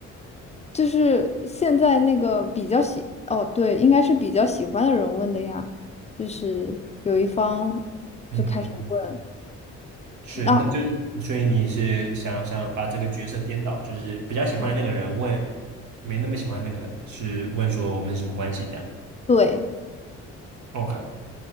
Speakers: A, on the left (about 20°); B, on the right (about 70°).
A: 就是现在那个比较喜，哦，对，应该是比较喜欢的人问的呀，就是有一方
B: 嗯哼，
A: 就开始问。
B: 是，
A: 那、
B: 那就所以你是想想把这个角色颠倒，就是比较喜欢那个人问，
A: 嗯，
B: 没那么喜欢那个人是问说我们是什么关系这样
A: 对，
B: ，OK。